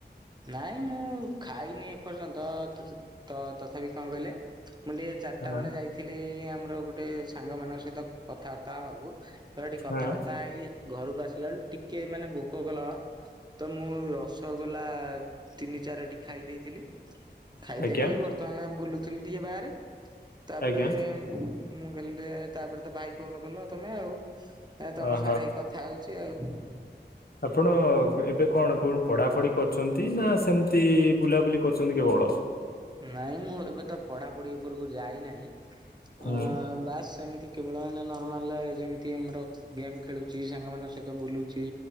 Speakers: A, on the right (about 25°); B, on the left (about 60°).
A: ନାଇଁ ମୁଁ ଖାଇନି ଏପର୍ଯ୍ୟନ୍ତ ତ ତଥାପି କଣ କହିଲେ ମୁଁ ଟିକେ ଚାରିଟା
B: ହଁ
A: ବେଳେ ଯାଇଥିଲି ଆମର ଗୋଟେ ସାଙ୍ଗମାନଙ୍କ ସହିତ କଥାବାର୍ତ୍ତା ହେବାକୁ ତ ଏଠିକି କଥାବାର୍ତ୍ତା
B: ହଁ
A: ହେଇ ଘରକୁ ଆସିଲା ବେଳୁ ଟିକେ ମାନେ ଭୋକ କଲା ତ ମୁଁ ରସଗୋଲା ତିନି ଚାରଟି ଖାଇ ଦେଇଥିଲି। ଖାଇଦେଇକି
B: ଆଜ୍ଞା
A: ବର୍ତ୍ତମାନ ବୁଲୁଥିଲି ଟିକେ ବାହାରେ ତାପରେ
B: ଆଜ୍ଞା
A: ମୁଁ କହିଲି ତାପରେ ତ ଭାଇ ଫୋନ କଲ ତମେ ଆଉ ତମ
B: ଓହୋ
A: ସାଙ୍ଗରେ ଏଇ କଥା ହଉଛି ଆଉ।
B: ଆପଣ ଏବେ କଣ କଣ ପଢାପଢି କରଛନ୍ତି ନା ସେମତି ବୁଲାବୁଲି କରୁଛନ୍ତି କେବଳ
A: ନାଇଁ ମୁଁ ଏବେ ତ ପଢାପଢି ଉପରକୁ ଯାଇନାହିଁ ଅ
B: ହୁଁ
A: ବାସ୍ ସେମିତି କେବଳ ମାନ ନର୍ମାଲ ଯେମିତି ଆମର ଗେମ୍ ଖେଳୁଛି ସାଙ୍ଗ ମାନଙ୍କ ସହିତ ବୁଲୁଛି।